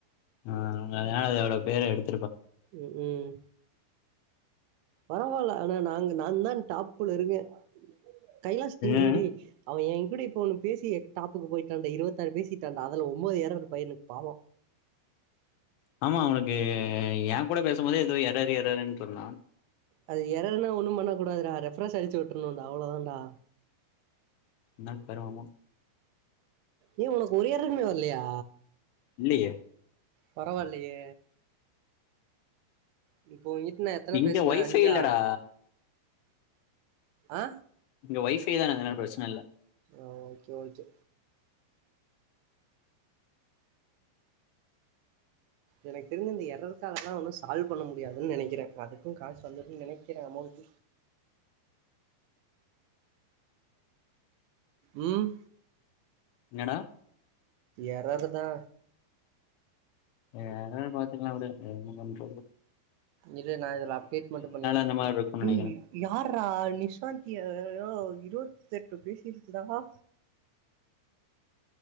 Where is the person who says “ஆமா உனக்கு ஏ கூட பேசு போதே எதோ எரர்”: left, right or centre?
Left